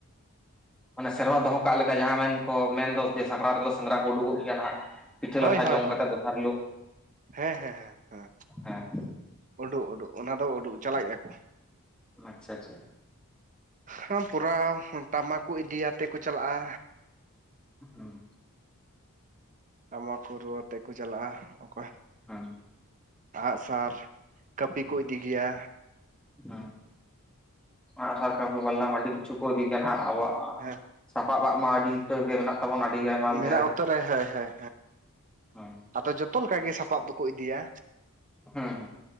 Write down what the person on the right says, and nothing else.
ᱦᱳᱭ
ᱦᱳᱭ
ᱦᱳᱭ
ᱦᱮᱸ ᱦᱮᱸ ᱦᱮᱸ, ᱦᱮᱸ,
ᱩᱰᱩᱜ ᱩᱰᱩᱜ ᱚᱱᱟ ᱫᱚ ᱩᱰᱩᱜ, ᱪᱟᱞᱟᱜ ᱜᱮᱭᱟ ᱠᱚ᱾
ᱦᱟᱸ ᱯᱩᱨᱟᱣ ᱴᱟᱢᱟᱠ ᱠᱚ ᱤᱫᱤᱭᱟᱛᱮ ᱠᱚ ᱪᱟᱞᱟᱜᱼᱟ᱾
ᱴᱟᱢᱟᱠ ᱠᱚ ᱨᱩᱣᱟᱛᱮ ᱠᱚ ᱪᱟᱞᱟᱜᱼᱟ, ᱚᱠᱚᱭ
ᱟᱸᱜᱼᱥᱟᱨ ᱠᱟᱹᱯᱤ ᱠᱚ ᱤᱫᱤ ᱜᱮᱭᱟ᱾
ᱦᱮᱸ
<unintelligible> ᱩᱛᱟᱹᱨᱟᱭ ᱦᱟᱹᱭ ᱦᱟᱹᱭ᱾
ᱟᱫᱚ ᱡᱚᱛᱚ ᱞᱮᱠᱟ ᱜᱮ ᱥᱟᱯᱟᱵ ᱫᱚᱠᱚ ᱤᱫᱤᱭᱟ᱾